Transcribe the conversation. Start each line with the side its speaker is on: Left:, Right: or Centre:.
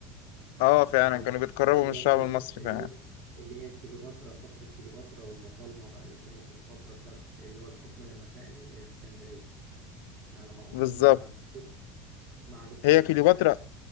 Left: اه فعلا
Right: اللي
Left: كانوا
Right: هي
Left: بيتقربوا
Right: اللي
Left: من الشعب
Right: هي كيلو
Left: المصري
Right: اللي
Left: فعلا
Right: هي اللي هي كيلوباترا فترة كيلوباترا والبطالمة بقى اللي كانت الفترة بتاعت اللي هو الحكم لما اتنقل إلى الإسكندرية على ما أظن
Left: بالظبط
Right: مع دخول مع دخول
Left: هي كليوباترا
Right: الأس-